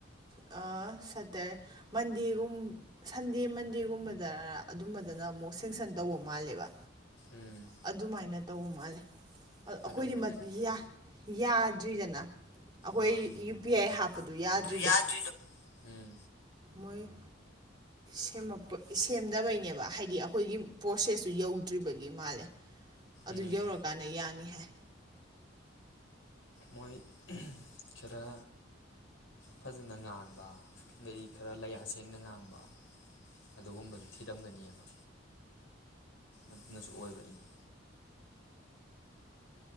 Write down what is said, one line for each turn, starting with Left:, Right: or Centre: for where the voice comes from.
Right: ꯑ ꯁꯇꯔ ꯃꯟꯗ‌ꯦꯒꯨꯝ ꯁꯟꯗ‌ꯦ ꯃꯟꯗ‌ꯦꯒꯨꯝꯕ ꯗꯔꯥ ꯑꯗꯨꯝꯕꯗꯅ ꯑꯃꯨꯛ ꯁꯦꯡꯁꯟ ꯇꯧꯕ ꯃꯥꯜꯂꯦꯕ
Left: ꯎꯝ
Right: ꯑꯗꯨꯃꯥꯏꯅ ꯇꯧꯕ ꯃꯥꯜꯂꯤ ꯑꯩꯈꯣꯏꯗꯤ
Left: ꯑꯣꯏꯔꯝꯒꯅꯤ
Right: <unintelligible>
Left: ꯑꯗꯨꯃꯥꯏꯅ
Right: ꯌꯥ ꯌꯥ ꯔꯤꯗꯅꯥ ꯑꯩꯈꯣꯏ
Left: ꯑꯥ
Right: ꯌꯨ ꯄꯤ ꯑꯥꯏ ꯍꯥꯞꯄꯗꯨ ꯌꯥꯗ꯭ꯔꯤꯗꯨ
Left: ꯇꯨꯌꯥ ꯎꯝ
Right: ꯃꯣꯏ ꯁꯦꯝꯃꯛꯄ ꯁꯦꯝꯗꯕꯩꯅꯦꯕ ꯍꯥꯏꯗꯤ ꯑꯩꯈꯣꯏꯒꯤ ꯄ꯭ꯔꯣꯁꯦꯁꯇꯨ ꯌꯧꯗ꯭ꯔꯤꯕꯒꯤ ꯃꯥꯜꯂꯦ ꯑꯗꯨ
Left: ꯎꯝ
Right: ꯌꯧꯔꯀꯥꯟꯗ ꯌꯥꯅꯤ ꯍꯥꯏ
Left: ꯃꯣꯏ ꯈꯔ ꯐꯖꯅ ꯉꯥꯡꯕ ꯑꯗꯩ ꯈꯔ ꯂꯌꯥ ꯁꯦꯡꯅ ꯉꯥꯡꯕ ꯑꯗꯨꯒꯨꯝꯕꯒꯤ ꯊꯤꯔꯝꯒꯅꯦꯕ ꯑꯗꯨꯅꯁꯨ ꯑꯣꯏꯕꯩꯅꯤ